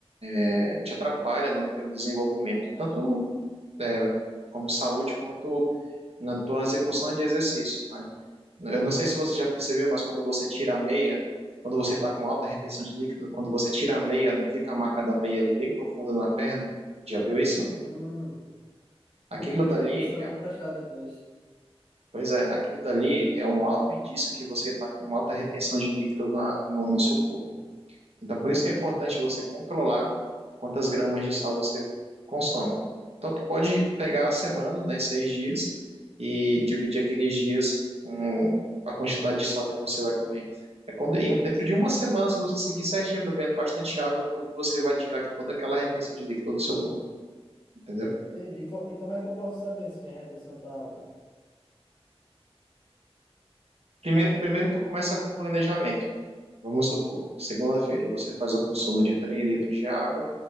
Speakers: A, on the right; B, on the left.
A: é, te atrapalha no teu desenvolvimento, tanto é, como saúde quanto na tua execução de exercícios, né? Eu não sei se você já percebeu, mas quando você tira a meia, quando você está com alta retenção de líquido, quando você tira a meia, não fica a marca da meia ali bem profunda na perna? Já viu isso?
B: Hum,
A: Aquilo
B: nunca prestei
A: dali,
B: atenção,
A: é,
B: vou prestar depois.
A: pois é, aquilo dali é um alto indício que você está com alta retenção de líquido na, no, no seu corpo. Então, por isso que é importante você controlar quantas gramas de sal você consome. Então, tu pode pegar a semana, né, seis dias, e dividir aqueles dias com a quantidade de sal que você vai comer. É quando, em- dentro de uma semana, se você seguir certinho, bebendo bastante água, tudo, você vai tirar toda aquela retenção de líquido do seu corpo, entendeu?
B: Entendi. E co- e como é que eu posso saber se minha retenção tá alta?
A: Primeiro, primeiro tu começa com planejamento. Vamos supor, segunda-feira você faz o consumo de 3 litros de água,